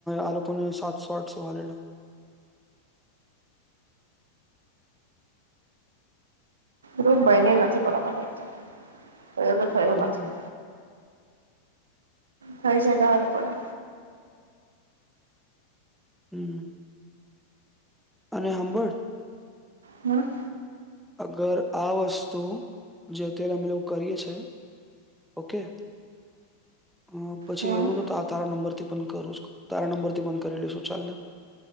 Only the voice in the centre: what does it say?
અ કો સાતસો આઠસો વાલેલા
હમ
હમ અને હંભળ
અગર આ વસ્તુ જે તે અમે લોકો કરીએ છે. ઓકે. હ પછી
એવું તો ત તારા નંબર થી પણ કરું તારા નંબર થી પણ કરી લેશુ ચાલ ને